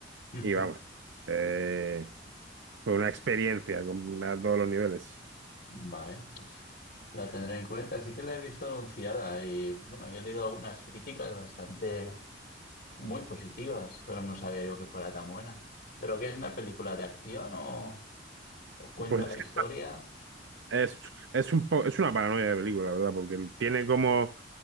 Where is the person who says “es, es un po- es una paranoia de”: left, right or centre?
Right